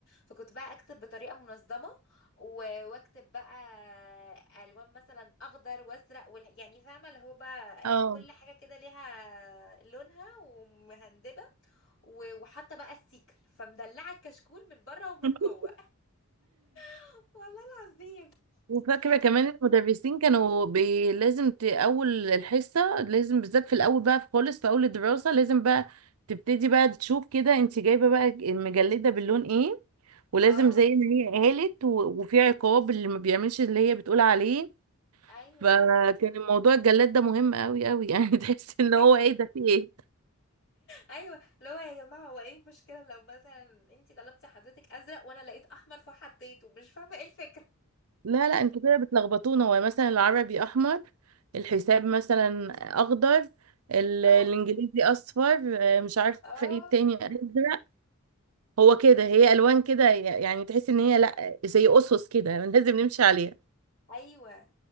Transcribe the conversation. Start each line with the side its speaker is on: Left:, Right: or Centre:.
Left: فكنت بقى اكتب بطريقه منظمه و- واكتب بقى الوان مثلا اخضر وازرق وال... يعني فاهمه اللي هو بقى
Right: اه
Left: كل حاجه كده ليها لونها ومهندبه و- وحاطه بقى السيكل فمدلعه الكشكول من بره ومن
Right: <laughs>
Left: جوه <laughs> والله العظيم
Right: وفاكره
Left: ف
Right: كمان المدرسين كانوا بي... لازم ت... اول الحصه لازم بالذات في الاول بقى خالص في اول الدراسه لازم بقى تبتدي بقى تشوف كده انت جايبه بقى المجلده باللون ايه ولازم
Left: اه
Right: زي ما هي قالت و... وفي عقاب اللي ما بيعملش اللي هي بتقول عليه
Left: ايوه
Right: فكان الموضوع الجلاد ده مهم قوي قوي يعني <laughs> تحس
Left: <laughs>
Right: ان هو ايه ده في ايه
Left: ايوه اللي هو يا جماعه هو ايه المشكله لو مثلا انت طلبتي حضرتك ازرق وانا لقيت احمر فحطيته مش فاهمه ايه الفكره
Right: لا لا انتوا كده بتلخبطونا هو مثلا العربي احمر الحساب مثلا اخضر ال-
Left: اه
Right: الانجليزي اصفر آه، مش عارفه
Left: اه
Right: ايه تاني ازرق هو كده هي الوان كده يعني تحس ان هي لا زي اسس كده لازم نمشي عليها
Left: ايوه